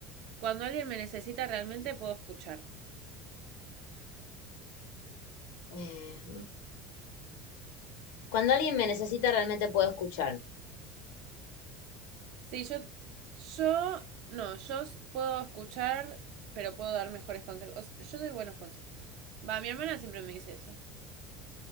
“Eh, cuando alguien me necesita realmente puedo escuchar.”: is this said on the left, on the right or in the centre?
Left